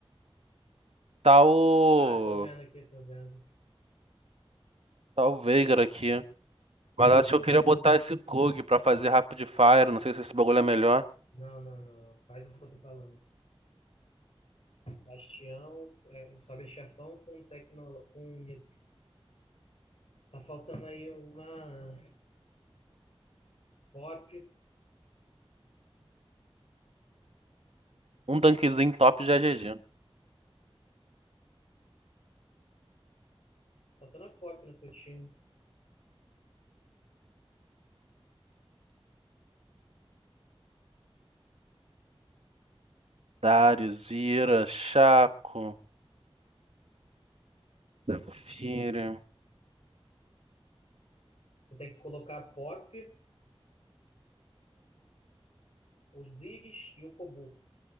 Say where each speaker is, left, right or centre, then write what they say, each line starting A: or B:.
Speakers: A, on the right; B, on the left.
A: Tá o.
B: Ah, tô vendo aqui, tô vendo.
A: Tá o Veigar aqui. Mas acho que eu queria botar esse Kog pra fazer Rapid Fire. Não sei se esse bagulho é melhor.
B: Não, não, não. Faz isso que eu tô falando. Bastião, é, o Sobe Chefão com Tecno... com Nitro. Tá faltando aí uma pop.
A: Um tanquezinho top já é GG.
B: Faltando a pop no teu time.
A: Darius, Ira, Chaco, Zafira.
B: Tu tem que colocar a pop, os Ziggs e o Kobuko.